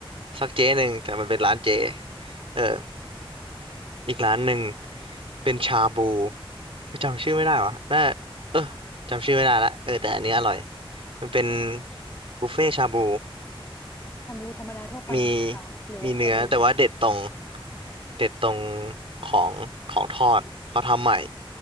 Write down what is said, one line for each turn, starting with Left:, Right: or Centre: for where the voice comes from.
Right: สักเจ๊หนึ่งแต่มันเป็นร้านเจ๊เอออีกร้านหนึ่งเป็นชาบูจำชื่อไม่ได้วะน่าเออจำชื่อไม่ได้ละเออแต่อันนี้อร่อยมันเป็นบุฟเฟ่ชาบู
Left: ชาบูธรรมดาทั่วไปนั่นเหรอหรือว่าชาบู
Right: มีมีเนื้อแต่ว่าเด็ดตรงเด็ดตรงของของทอดเขาทำใหม่